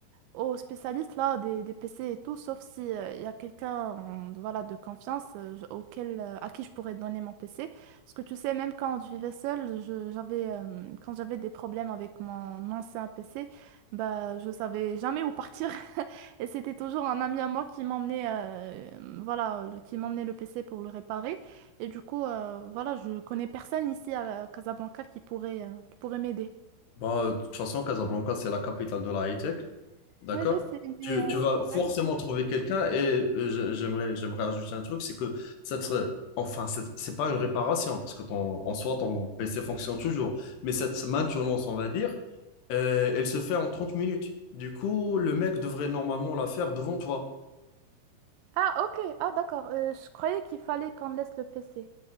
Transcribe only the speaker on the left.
Bah, euh, de toute façon, Casablanca, c'est la capitale de la high-tech. D'accord?
Tu,
tu vas
forcément
trouver quelqu'un et euh, je- j'aimerais, j'aimerais ajouter un truc, c'est que ça serait, enfin, c'est c'est pas une réparation parce que ton, en soi, ton PC fonctionne toujours. Mais cette maintenance, on va dire, euh, elle se fait en 30 minutes. Du coup, le mec devrait normalement la faire devant toi.